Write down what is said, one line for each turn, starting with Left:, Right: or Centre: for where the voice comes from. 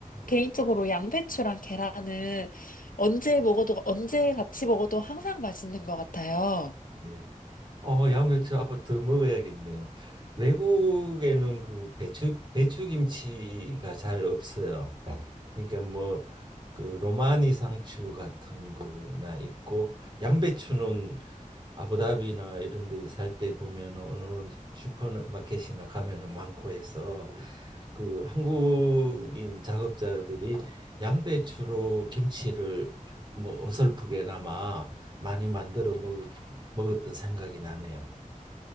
Left: 개인적으로
Right: 네,
Left: 양배추랑 계란은 언제 먹어도, 언제 같이 먹어도 항상 맛있는 것 같아요.
Right: 예. 어, 양배추 앞으로 더 먹어야겠네요. 외국에는 그 배추 배추김치가 잘 없어요. 그러니까 뭐 그 로마니 상추 같은 거나 있고 양배추는 아부다비나 이런 데 살 때 보면은 어느 슈퍼마켓이나 가면은 많고 해서 그 한국인 작업자들이 양배추로 김치를 뭐 어설프게나마 많이 만들어 먹, 먹었던 생각이 나네요.